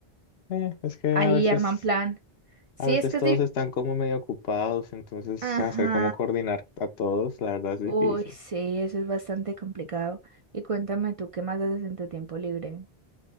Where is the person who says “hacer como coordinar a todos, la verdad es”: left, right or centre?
Left